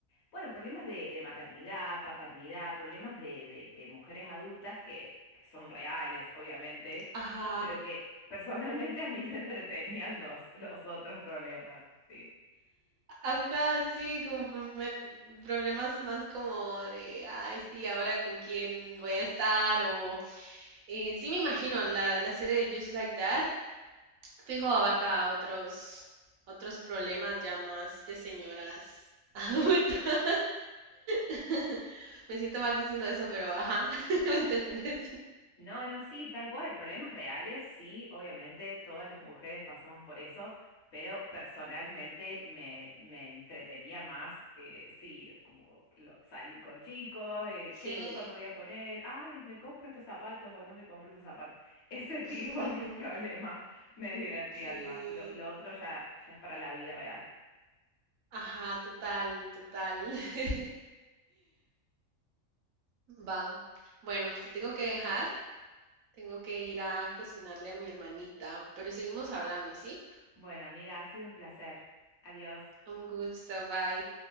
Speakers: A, on the left; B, on the right.
A: Bueno, problemas de, de maternidad, paternidad, problemas de, de- de mujeres adultas que, que son reales, obviamente,
B: Ajá.
A: pero que personalmente a mí me entretenían los, los otros problemas, sí.
B: Ajá, sí, como prome- problemas más como de, ay, sí, ahora con quién voy a estar o eh, sí me imagino la, la serie de Just Like That, fijo, abarca otros otros problemas ya más de señoras <laughs> adultas. <laughs> Me siento mal diciendo eso, pero ajá, <laughs> ¿me entendés?
A: No, no, sí, tal cual, problemas reales, sí, obviamente todas las mujeres pasamos por eso, pero personalmente me, me entretenía más, eh, sí, como lo- salir con chicos, eh,
B: Sí.
A: qué ropa me voy a poner, ay, me compro estos zapatos o no me compro estos zapatos, <laughs> ese tipo
B: <laughs>
A: de <laughs> problemas me divertían
B: Sí.
A: más, lo, lo otro ya, ya es para la vida real.
B: Ajá, total, total. <laughs> Va. Bueno, te tengo que dejar. Tengo que ir a cocinarle a mi hermanita, pero seguimos hablando, ¿sí?
A: Bueno, amiga, ha sido un placer, adiós.
B: Un gusto, bye.